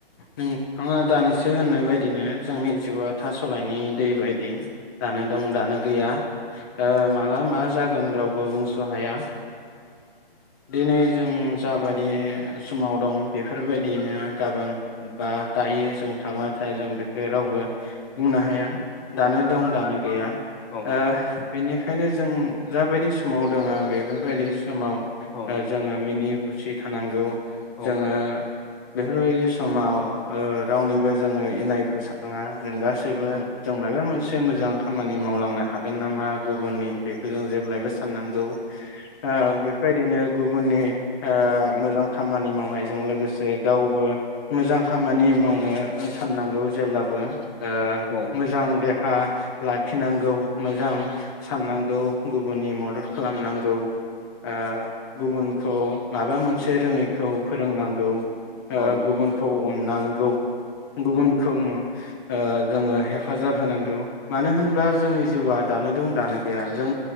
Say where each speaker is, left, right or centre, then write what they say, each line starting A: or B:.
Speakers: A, on the left (about 20°); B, on the left (about 50°).
A: नोंथाङा दानिसो होननाय बादिनो जोंनि जिउआ थास'लायनि दै बदि दानो दं
B: जिउआव
A: दानो गैया
B: औ
A: माला मा जागोन गोन रावबो बुंस' हाया दिनै जों जाबायदि समाव दं बेफोरबायदि बिदिनो गाबोन बा दायो जों थांना थाया जों बेखौ रावबो बुंनो हाया दानो दं दानो गैया
B: औ
A: ओ बेनिख बेखायनो जों जाबायदि समाव दोङो बेफोरबायदि समाव
B: औ
A: जोङो मिनि खुसि थानांगौ
B: औ
A: जोङो बेफोरबायदि समाव‌ओ रावनिबो जोङो इनायखौ सोङा जों गासैबो
B: औ
A: जों मायाबा मोनसे एसे मोजां खामानि मावलांनो हागोन नामा गुबुननि बेखौ जों जेब्लायबो साननांगौ। ओ बेफोरदिनो गुबुननि मोजां खामानि मावनायजों लोगोसे से गावबो मोजां खामानि मावनो साननांगौ जेब्लाबो ओ
B: औ
A: मोजां दे हा लाखिनांगौ मोजां साननांगौ गुबुननि मदद खालामनांगौ आ गुबुनखौ माबा मोनसे रोङैखौ फोरोंनांगौ। ओ
B: औ
A: गुबुनखौ अन नांगौ गुबुनखौ
B: औ
A: ओ जोङो हेफाजाब होनांगौ मानो होनबा जोंनि जिउआ दानो दं दानो गैया जों